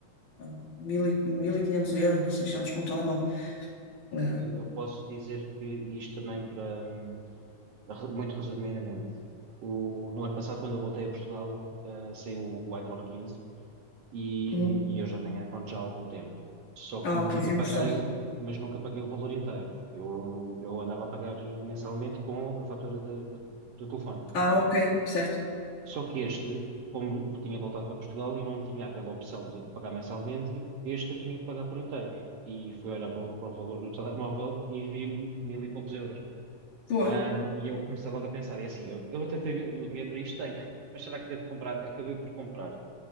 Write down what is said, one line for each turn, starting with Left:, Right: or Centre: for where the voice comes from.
Left: ah, mil e- mil e quinhentos euros, 1.600 por um telemóvel. Ah,
Right: eu eu posso dizer que e isto também para hum, re- muito resumidamente. O, no ano passado, quando eu voltei a Portugal, ah, saiu o iPhone 15 e,
Left: uhum.
Right: e eu já tenho iPhone já há algum tempo. Só que
Left: Ah,
Right: nunca
Left: ok, sempre
Right: paguei,
Left: gostaste.
Right: o- mas nunca paguei o valor inteiro. Eu, eu andava a pagar mensalmente com a fatura da- da- do telefone.
Left: Ah, ok, certo.
Right: Só que este, como tinha voltado para Portugal e não tinha aquela opção de pagar mensalmente, este eu tinha que pagar por inteiro. E fui olhar para o, para o valor do telemóvel e vi mil e poucos euros.
Left: Boa.
Right: Ahm, e eu comecei logo a pensar, é assim, eu, eu até tenho o dinheiro para isto, tenho, mas será que devo comprar? Acabei por comprar.